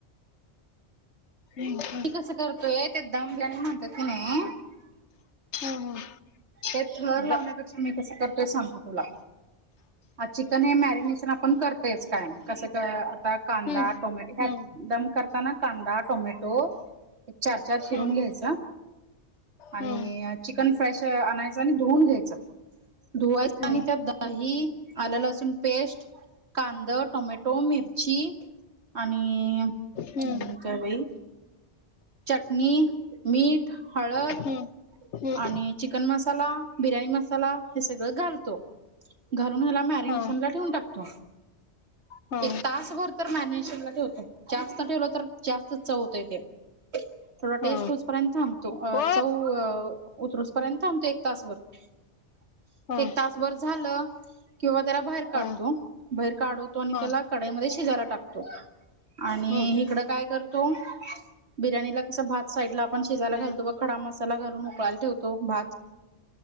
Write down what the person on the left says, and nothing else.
<unintelligible>
हम्म
हम्म.
द-
हम्म
हम्म
हम्म
हम्म
हम्म
हम्म हम्म
हम्म
हा
हा
हा
ओ
हा
हा
हा
हम्म
नाही.